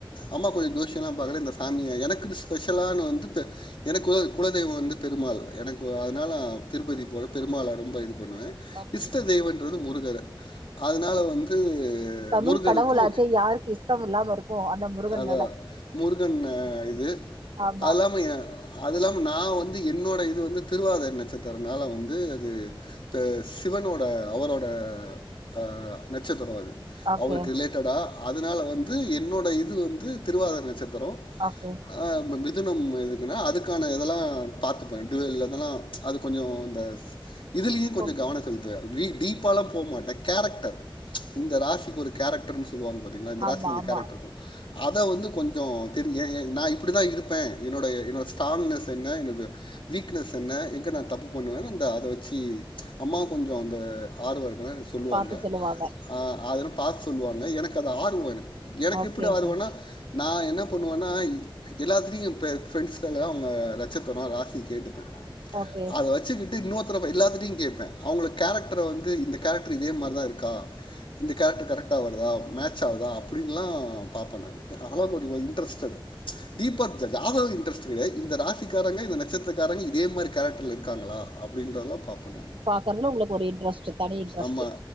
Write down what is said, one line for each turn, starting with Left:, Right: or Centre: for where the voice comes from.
Left: அம்மா கொஞ்சோ ஜோசியெல்லா பாக்குற இந்த சாமிய எனக்கு ஸ்பெஷலான வந்து எனக்கு குலதெய்வ வந்து பெருமாள் எனக்கு அதனால திருப்பதி போ பெருமாள ரொம்ப இது பண்ணுவ
Right: ஓகே
Left: இஷ்ட தெய்வன்றது முருகர் அதுனால வந்து
Right: தமிழ்
Left: முருகருக்கு
Right: கடவுளாச்சே யாருக் இஷ்ட இல்லாம இருக்கு அந்த முருகன்
Left: அதா
Right: மேல
Left: முருகன் இது
Right: ஆமா
Left: அல்லாம ஏ அது இல்லாம நா வந்து என்னோட இது வந்து திருவாதயர் நச்சத்திரனால வந்து அது த்து சிவனோட அவரோட அ நச்சத்திரோ அது
Right: ஓகே
Left: அவருக்கு ரிலேட்டடா அதுனால வந்து என்னோட இது வந்து திருவாதர் நச்சத்திரோ
Right: ஓகே
Left: ஆ மிதுனும் இதுக்குன்னா அதுக்கான இதெல்லா பாத்துப்பே டுயுல் இதெல்லா அது கொஞ்சோ அந்த இதுலியு கொஞ்ச
Right: ஓகே
Left: கவன செலுத் துவ வி டீப்பாலா போ மாட்டே கேரக்டர் இந்த ராசிக்கு ஒரு கேரக்டர்னு சொல்லுவாங்க பாத் திங்களா இந்த
Right: ஆமா
Left: ராசிக்கு இந்த
Right: ஆமா
Left: கேரக்ட்ருக்கு அத வந்து கொஞ்சோ தெரிய ஏ ஏ நா இப்டிதா இருப்பே என்னோடய என்னோ ஸ்ட்ராங்னஸ் என்ன என்னோட வீக்னஸ் என்ன எங்க
Right: ஆ
Left: நா தப்பு பண்ணுவேனு அந்த அத வெச்சு அம்மா கொஞ்சோ அந்த ஆர்வொ இருக்குனா எனக்கு சொல்லுவாங்க
Right: பாத்து சொல்லுவாங்க
Left: ஆ அதெலா பா சொல்லுவாங்க எனக்கு அது ஆர்வோ எனக்கு எனக்கு
Right: ஓகே
Left: எப்டி
Right: ஓகே
Left: ஆர்வோனா நா என்ன பண்ணுவன்னா இ எல்லாத்துலயு இப்ப ஃப்ரெண்ட்ஸ்கல்லா அவங்க நச்சத்ரோ ராசி கேட்டுப்பே
Right: ஓகே
Left: அத வச்சுக்கிட்டு இன்னொரு தர எல்லாத்திட்டயு கேப்பே அவங்கள கேரக்டர வந்து இந்த கேரக்டர் இதே மாரிதா இருக்கா இந்த கேரக்டர் கரெக்ட்டா வருதா மேட்ச் ஆவுதா அப்டின்லா பாப்ப நானு அதெல்லா
Right: ஓகே
Left: கொஞ்சோ
Right: ஓகே
Left: இன்ட்ரெஸ்ட்டட் தீபக் ஜ ஜாதக இன்ட்ரெஸ்ட் கெடயா இந்த ராசிக்காரங்க இந்த நட்சத்திரக்காரங்க இதே மாரி கேரக்டர்ல இருக்காங்களா அப்டின்றதல்லா பாப்ப நானு
Right: பாக்கறதுல உங்களுக்கு ஒரு இன்ட்ரெஸ்ட் தனி இன்ட்ரெஸ்ட்
Left: ஆமா